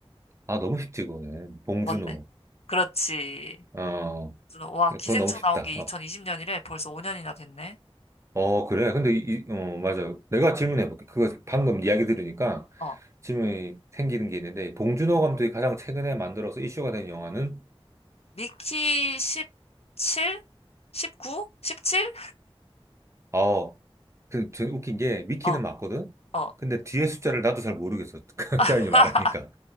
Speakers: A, on the right; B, on the left.
A: 아, 너무 쉽지, 그거는. 봉준호.
B: 뭔데? 그렇지.
A: 어,
B: 와,
A: 그건
B: 기생충
A: 너무 쉽다.
B: 나온 게
A: 어.
B: 2020년이래. 벌써 5년이나 됐네.
A: 어, 그래. 근데 이, 이- 어, 맞아. 내가 질문해 볼게. 그거 방금 이야기 들으니까
B: 어,
A: 질문이 생기는 게 있는데, 봉준호 감독이 가장 최근에 만들어서 이슈가 된 영화는,
B: 미키 17? 19? 17?
A: 어, 그, 전 웃긴 게, 위키는
B: 어,
A: 맞거든?
B: 어,
A: 근데 뒤에 숫자를 나도 잘 모르겠어. <laughs> 그
B: <laughs>
A: 사람이 말하니까.